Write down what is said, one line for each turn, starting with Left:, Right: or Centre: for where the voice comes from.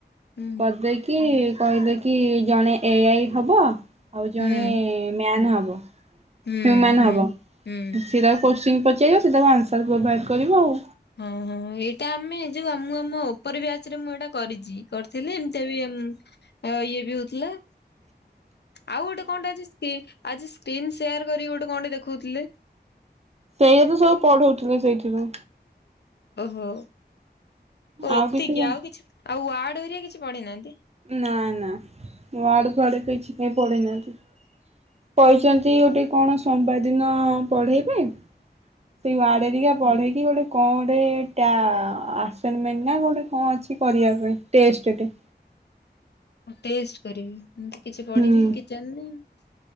Left: ହୁଁ
Right: କରିଦେଇକି କହିଲେ କି ଜଣେ ଏଆଇ ହବ। ଆଉ ଜଣେ
Left: ହୁଁ
Right: ମ୍ୟାନ ହବ,
Left: ହୁଁ
Right: ହ୍ୟୁମାନ
Left: ହୁଁ
Right: ହବ,
Left: ହୁଁ
Right: ସେଟାକୁ ଚିନ୍ ପଚାରିବ ସ ସେ ତାକୁ ଆନ୍ସର୍ ପ୍ରୋଭାଇଡ଼ କରିବ ଆଉ।
Left: ହଁ, ହଁ, ଏଇଟା ଆମେ ଯୋଉ ମୁ ଆମ ଉପର ବ୍ୟାଚ ରେ ମୁଁ ଏଇଟା କରିଛି, କରିଥିଲି। ଏମିତିଆ ବି ଇଏ ବି ହଉଥିଲା।
Right: ହଁ। <inaudible>
Left: ଆଉ ଗୋଟେ କଣଟା ଅଛି, ସ୍କି ଆଜି ସ୍କ୍ରୀନ ସେୟାର କରି ଗୋଟେ କଣ ଟେ ଦେଖଉଥିଲେ।
Right: ସେଇା ତ ସବୁ ପଢଉଥିଲେ ସେଇଥିରୁ।
Left: ଓହୋ, ଓ
Right: ଆଉ
Left: ଏତିକି
Right: କିଛି କ
Left: ଆଉ କିଛି, ଆଉ ୱାର୍ଡ ଓରିଆ କିଛି ପଢେଇନାହାନ୍ତି।
Right: ନା ନା ୱାଡ ଫ୍ଵାଡ କିଛି କାଇ ପଡ଼େଇନାହାନ୍ତି। କହିଛନ୍ତି ଗୋଟେ କଣ ସମବାର ଦିନ ପଢେଇ ପାଇଁ। ସେଇ ୱାଡେ ହେରିକା ପଢେଇକି ଗୋଟେ କଣ ଗୋଟେ ଟିଆ ଆସନମେଣ୍ଟ ନା ଗୋଟେ କଣ ଅଛି କରିବା ପାଇଁ ଟେଷ୍ଟ। ସେଟି
Left: ଟେଷ୍ଟ କରିବି, ମୁଁ କିଛି ପଡିିନି
Right: ହୁଁ।
Left: କି ଜାଣିନି।